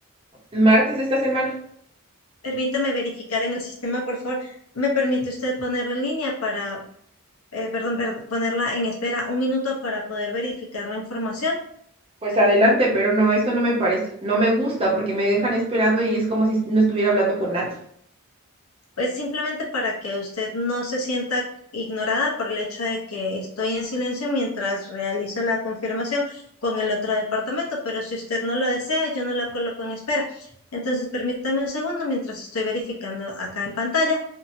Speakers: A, on the right (about 25°); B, on the left (about 80°).
A: martes de esta semana?
B: Permítame verificar en el sistema, por favor. ¿Me permite usted ponerla en línea para, eh, perdón, per- ponerla en espera un minuto para poder verificar la información?
A: Pues adelante, pero no, esto no me parece, no me gusta porque me dejan esperando y es como si no estuviera hablando con nadie.
B: Es simplemente para que usted no se sienta ignorada por el hecho de que estoy en silencio mientras realizo la confirmación con el otro departamento, pero si usted no lo desea, yo no la coloco en espera. Entonces, permítame un segundo mientras estoy verificando acá en pantalla.